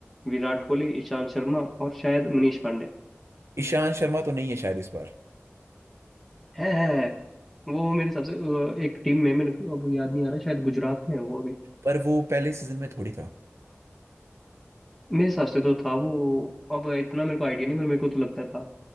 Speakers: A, in the centre; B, on the right.
A: विराट कोहली ईशांत शर्मा और शायद मनीष पांडे
B: ईशांत शर्मा तो नहीं है शायद इस बार
A: है, है, है। वो मेरे हिसाब से अ, एक टीम में मेरे को अब याद नहीं आ रहा शायद गुजरात में है वो अभी
B: पर वो पहले सीजन में थोड़ी था
A: मेरे हिसाब से तो था वो अब इतना मेरे को आइडिया नहीं पर मेरे को तो लगता था